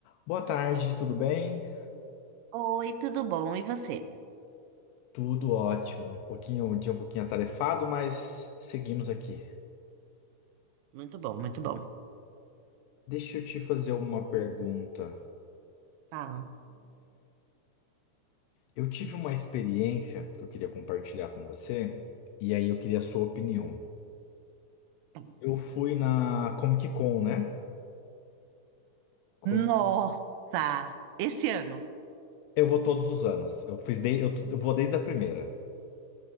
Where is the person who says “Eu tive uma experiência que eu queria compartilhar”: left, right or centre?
Left